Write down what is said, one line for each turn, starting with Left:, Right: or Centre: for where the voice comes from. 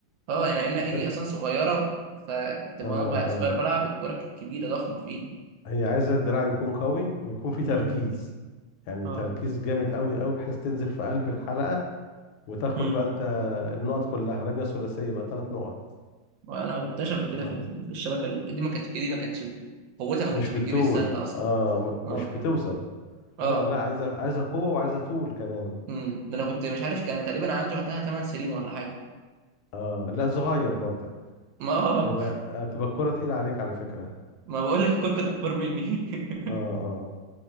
Right: اه يعني أنا إيدي
Left: بس
Right: أصلا صغيرة فكنت
Left: اه
Right: وأنا بقى
Left: اه
Right: صغير بلعب الكرة كانت كبيرة ضخمة في إيدي
Left: هي عايزة الدراع يكون قوي ويكون فيه
Right: امم
Left: تركيز يعني
Right: اه
Left: تركيز جامد قوي قوي بحيث تنزل في قلب الحلقة وتاخد
Right: امم
Left: بقى انت النقط كلها رمية ثلاثية بقى ثلاث نقط
Right: وأنا ما جبتهاش قبل كده
Left: اه
Right: في ال- في الشبكة اللي إيدي ما كانتش إيدي ما كانتش قوتها ما كانتش
Left: مش
Right: بتجيب
Left: بتطول
Right: السلة أصلا
Left: اه م-
Right: اه
Left: مش بتوصل
Right: اه
Left: اه لا عايزة عايزة قوة وعايزة طول كمان
Right: امم ده أنا كنت مش عارف كان تقريبا عندي وقتها 8 سنين ولا حاجة
Left: اه لا صغير برضك
Right: <laughs> ما
Left: تبقى آه، تبقى الكرة تقيلة عليك على فكرة
Right: ما بقول لك الكرة كانت أكبر مني <laughs>
Left: اه آه.